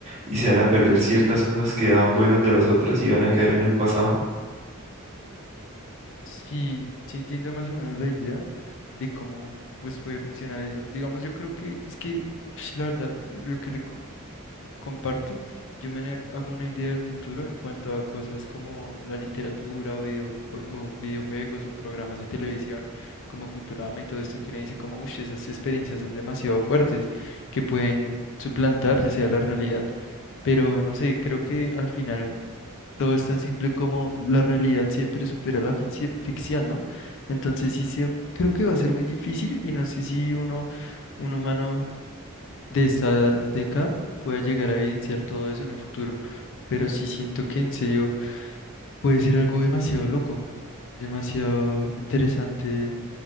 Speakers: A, on the right; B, on the left.
A: y se van a perder ciertas cosas que daban buenas de las otras y van a quedar en el pasado.
B: Sí, sí entiendo más o menos la idea de cómo pues puede funcionar eso. Digamos, yo creo que es que <sniffs> la verdad lo que le co- comparto, yo me ne- hago una idea del futuro en cuanto a cosas como la literatura o, videojue- o videojuegos o programas de televisión como Futurama y todo esto que uno dice como, uff, esas experiencias son demasiado fuertes que pueden suplantar ya sea la realidad. Pero no sé, creo que al final todo es tan simple como la realidad siempre supera la finci- ficción, ¿no? Entonces sí, se- creo que va a ser muy difícil y no sé si uno, un humano de esta década pueda llegar a evidenciar todo eso en un futuro, pero sí siento que en serio puede ser algo demasiado loco, demasiado interesante,